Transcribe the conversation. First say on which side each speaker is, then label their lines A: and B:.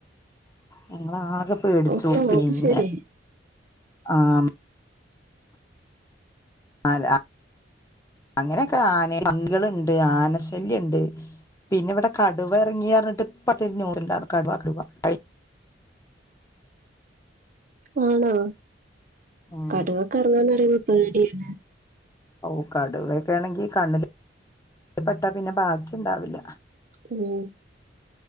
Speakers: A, on the left; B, on the right.
A: ഞങ്ങളാകെ പേടിച്ചു
B: ആണോ
A: പിന്നെ
B: അത് ശരി
A: ആഹ് അതാ അങ്ങനൊക്കെ ആന പന്നികളുണ്ട് ആന ശല്യോണ്ട് പിന്നിവിടെ കടുവ എറങ്ങിയറഞ്ഞിട്ട് ഇപ്പ തിരിഞ്ഞോടുണ്ടായിരുന്നു കടുവ കടുവ ക
B: ആണോ
A: ഉം
B: കടുവക്കെ ഇറങ്ങാന്നറിയുമ്പോ പേടിയന്നെ
A: ഓഹ് കടുവ ഒക്കെ ആണെങ്കി കണ്ണില് പെട്ടാ പിന്നെ ബാക്കി ഉണ്ടാവില്ല
B: ഉം